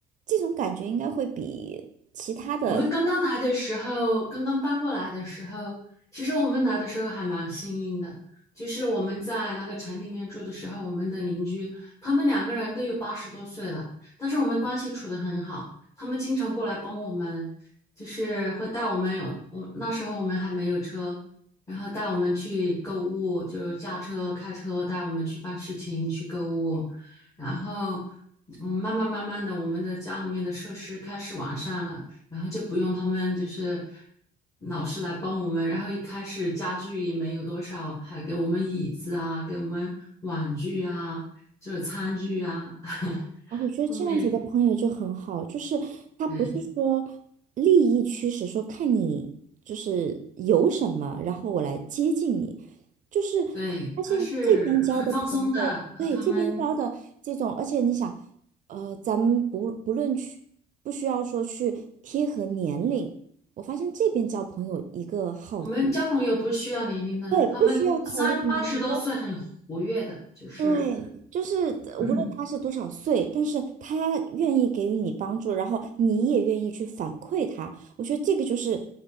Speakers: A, on the right (about 50°); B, on the left (about 20°).
A: 这种感觉应该会比其他的。
B: 我们刚刚来的时候，刚刚搬过来的时候，其实我们来的时候还蛮幸运的，就是我们在那个城里面住的时候，我们的邻居他们两个人都有八十多岁了，但是我们关系处得很好，他们经常过来帮我们，就是会带我们有，我那时候我们还没有车，然后带我们去购物，就是驾车、开车带我们去办事情、去购物，然后。嗯，慢慢慢慢的，我们的家里面的设施开始完善了，然后就不用他们就是老师来帮我们，然后一开始家具也没有多少，还给我们椅子啊，给我们碗具啊，就是餐具啊。<laughs>
A: 啊，我觉得这样子的朋友就很好，
B: 后面，
A: 就是他不是说
B: 嗯，
A: 利益驱使，说看你就是有什么，然后我来接近你。就是我发现这边交的朋友，
B: 对，他是很放松的，和他们
A: 对，这边交的这种，而且你想，呃，咱们不不论去，不需要说去贴合年龄，我发现这边交朋友一个好，
B: 我们交朋友不需要年龄的，
A: 对，
B: 他们三八十多岁很活跃的，
A: 不需要考虑年龄，
B: 就是
A: 对，就是呃无论他是多少岁，
B: 嗯，
A: 但是他愿意给予你帮助，然后你也愿意去反馈他，我觉得这个就是，